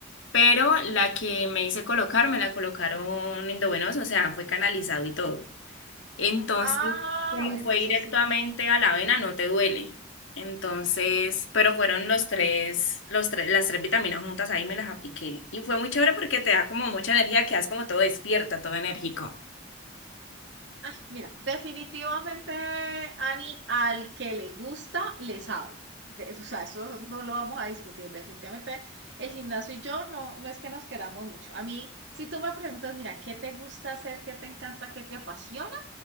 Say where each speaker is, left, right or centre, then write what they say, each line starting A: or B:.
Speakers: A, on the left; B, on the right.
A: Pero la que me hice colocar, me la colocaron endovenosa, o sea, fue canalizado y todo. Entonces,
B: Ah,
A: como
B: bueno,
A: fue
B: así
A: directamente
B: sí.
A: a la vena no te duele. Entonces, pero fueron los tres, los tres, las tres vitaminas juntas ahí me las apliqué. Y fue muy chévere porque te da como mucha energía, quedas como todo despierta, todo enérgico.
B: Ay, mira, definitivamente, Ani, al que le gusta, le sabe. De- o sea, eso no lo vamos a discutir. Definitivamente, el gimnasio y yo no, no es que nos queramos mucho. A mí, si tú me preguntas, mira, ¿qué te gusta hacer? ¿Qué te encanta? ¿Qué te apasiona?